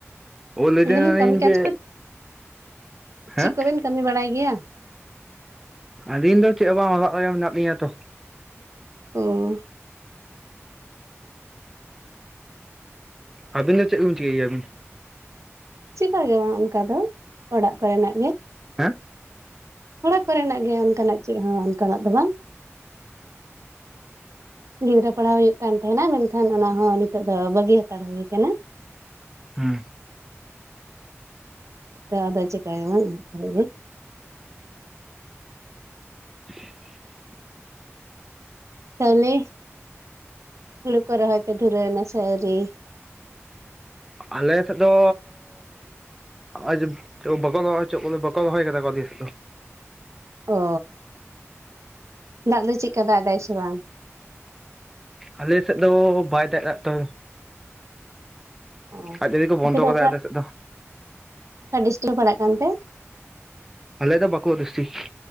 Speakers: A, in the centre; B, on the right.
A: ᱚ ᱞᱟᱹᱭ
B: ᱢᱮᱱᱫᱟᱞᱤᱧ
A: ᱫᱟᱞᱤᱧ
B: ᱠᱟᱹᱢᱤ ᱠᱟᱡᱽ
A: ᱡᱮ
B: ᱠᱚ
A: ᱦᱮᱸ
B: ᱪᱮᱫ ᱠᱚᱵᱮᱱ ᱠᱟᱹᱢᱤ ᱵᱟᱲᱟᱭ ᱜᱮᱭᱟ
A: ᱟᱹᱞᱤᱧ ᱫᱚ ᱪᱮᱫ ᱦᱚᱸ ᱵᱟᱝ ᱚᱲᱟᱜ ᱨᱮ ᱢᱮᱱᱟᱜ ᱞᱤᱧᱟ ᱛᱚ
B: ᱚ
A: ᱟᱹᱵᱤᱱ ᱫᱚ ᱪᱮᱫ ᱵᱤᱱ ᱪᱤᱠᱟᱹᱭ ᱜᱮᱭᱟᱵᱤᱱ
B: ᱪᱤᱠᱟ ᱜᱮ ᱵᱟᱝ ᱚᱱᱠᱟ ᱫᱚ ᱚᱲᱟᱜ ᱠᱚ ᱨᱮᱱᱟᱜ ᱜᱮ
A: ᱦᱮᱸ
B: ᱚᱲᱟᱜ ᱠᱚ ᱨᱮᱱᱟᱜ ᱜᱮ ᱚᱱᱠᱟᱱᱟᱜ ᱪᱮᱫ ᱦᱚᱸ ᱚᱱᱠᱟᱱᱟᱜ ᱫᱚ ᱵᱟᱝ ᱜᱤᱫᱽᱨᱟᱹ ᱯᱟᱲᱟᱣ ᱦᱩᱭᱩᱜ ᱠᱟᱱ ᱛᱟᱦᱮᱱᱟ ᱢᱮᱱᱠᱷᱟᱱ ᱚᱱᱟ ᱦᱚᱸ ᱱᱤᱛᱚᱜ ᱫᱚ ᱵᱟᱹᱜᱤ ᱦᱟ. ᱛᱟᱲ ᱦᱩᱭ ᱠᱟᱱᱟ᱾
A: ᱦᱮᱸ
B: ᱟᱫᱚ ᱟᱫᱚ ᱪᱤᱠᱟᱹᱭᱟ ᱚᱱᱟ ᱠᱚᱨᱮ ᱜᱮ᱾
A: <unintelligible>
B: ᱛᱟᱦᱚᱞᱮ ᱦᱩᱲᱩ ᱠᱚ ᱨᱚᱦᱚᱭ ᱯᱮ ᱫᱷᱩᱨᱟᱹᱣ ᱮᱱᱟ ᱥᱮ ᱟᱣᱨᱤ?
A: ᱟᱞᱮ ᱥᱮᱫ ᱫᱚ, ᱟᱫᱚ ᱵᱟᱠᱚ ᱨᱚᱦᱚᱭ ᱚᱪᱚ ᱵᱟᱠᱚ ᱨᱚᱦᱚᱭ ᱟᱠᱟᱫᱟ ᱟᱞᱮ ᱥᱮᱫ ᱫᱚ᱾
B: ᱚ ᱫᱟᱜ ᱫᱚ ᱪᱮᱫᱠᱟ ᱫᱟᱜ ᱮᱫᱟᱭ ᱥᱮ ᱵᱟᱝ?
A: ᱟᱞᱮ ᱥᱮᱫ ᱫᱚ ᱵᱟᱭ ᱫᱟᱜ ᱮᱫᱟ ᱛᱚ᱾
B: ᱚ
A: ᱟᱡ ᱡᱟᱹᱲᱤ ᱠᱚ ᱵᱚᱱᱫᱚ
B: ᱟᱯᱮ ᱫᱚ
A: ᱠᱟᱫᱟ
B: ᱚᱠᱟ
A: ᱟᱞᱮ ᱥᱮᱫ ᱫᱚ
B: ᱚᱠᱟ ᱰᱤᱥᱴᱤᱠ ᱯᱮ ᱯᱟᱲᱟᱜ ᱠᱟᱱᱛᱮ?
A: ᱟᱞᱮ ᱫᱚ ᱵᱟᱠᱩᱲᱟ ᱰᱤᱥᱴᱤᱠ᱾